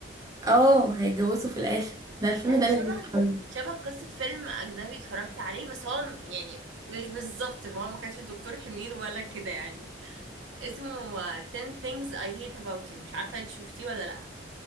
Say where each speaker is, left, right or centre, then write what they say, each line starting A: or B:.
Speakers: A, on the right (about 20°); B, on the right (about 80°).
A: اه هيتجوزوا في الآخر ده
B: افلام
A: الفيلم ده
B: شبه
A: لذيذ قوي
B: شبه قصه فيلم اجنبي اتفرجت عليه بس هو م- يعني مش بالظبط ما هو ما كانش دكتور حمير ولا كده يعني اسمه آه، 10 things I hate about you مش عارفة انت شفتيه ولا لأ